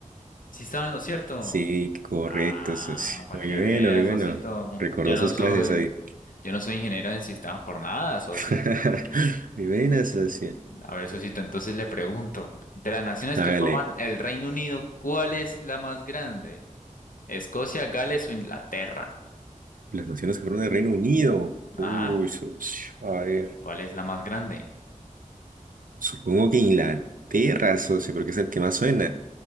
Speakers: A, on the left (about 80°); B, on the right (about 80°).
A: Sí estaba en lo cierto.
B: Sí, correcto,
A: Ah,
B: socio.
A: para
B: Muy
A: que
B: bueno,
A: veas,
B: muy bueno.
A: socito.
B: Recordó
A: Yo no
B: sus
A: soy,
B: clases ahí.
A: yo no soy ingeniero en sistemas por nada, socio.
B: <laughs> Muy buena, socio.
A: A ver, socito, entonces le pregunto, de las naciones
B: Hágale.
A: que forman el Reino Unido, ¿cuál es la más grande? ¿Escocia, Gales o Inglaterra?
B: Las naciones que fueron del Reino Unido.
A: Ajá,
B: Uy, socio. A ver.
A: ¿cuál es la más grande?
B: Supongo que Inglaterra, socio, porque es el que más suena.